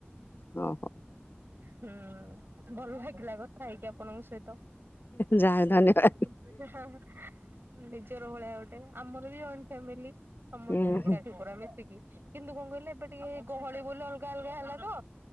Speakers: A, on the left; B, on the right.
A: ଓହୋ
B: ହୁଁ ଭଲ ଲାଗିଲା କଥା ହେଇକି ଆପଣଙ୍କ ସହିତ। <inaudible>
A: ଯାହା ହଉ ଧନ୍ୟବାଦ
B: ହଁ ଅଁ ନିଜର ଭଳିଆ ଗୋଟେ ଆମର ବି ଜଏଣ୍ଟ ଫେମିଲି ସମସ୍ତେ
A: ହୁଁ
B: ଏକାଠି
A: ହୁଁ
B: ପୁରା ମିଶିକି। କିନ୍ତୁ କଁ କହିଲେ ଏବେ ଟିକେ ଗହଳି ବୋଲି ଅଲଗା ଅଲଗା ହେଲା ତ